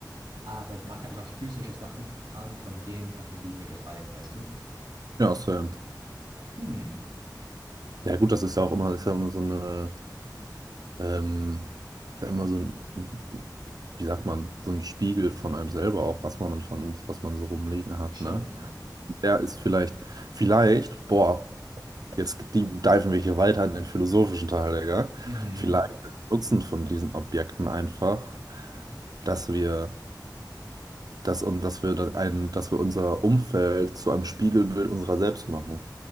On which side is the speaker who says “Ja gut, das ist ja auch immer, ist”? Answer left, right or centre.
Right